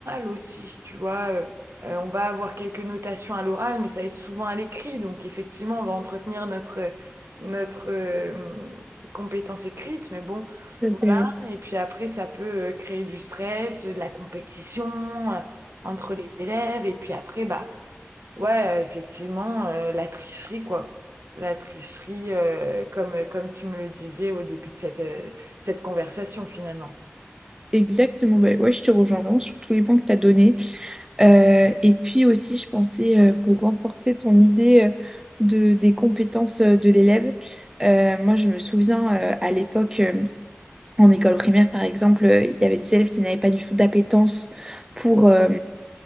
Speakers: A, on the right; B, on the right.
A: aussi, tu vois. euh, euh, on va avoir quelques notations à l'oral, mais ça va être souvent à l'écrit. Donc effectivement, on va entretenir notre, notre euh, compétence écrite, mais bon,
B: Tout à
A: voilà.
B: fait, oui.
A: Et puis après, ça peut euh, créer du stress, euh, de la compétition euh, entre les élèves. Et puis après, bah ouais, euh, effectivement, euh, la tricherie, quoi. La tricherie, euh, comme, comme tu me le disais au début de cette, euh, cette conversation, finalement.
B: Exactement, bah ouais, je te rejoins vraiment sur tous les points que tu as donnés. Euh, et puis aussi, je pensais, euh, pour renforcer ton idée euh, de, des compétences euh, de l'élève, euh, moi je me souviens euh, à l'époque, euh, en école primaire, par exemple, euh, il y avait des élèves qui n'avaient pas du tout d'appétence pour, euh,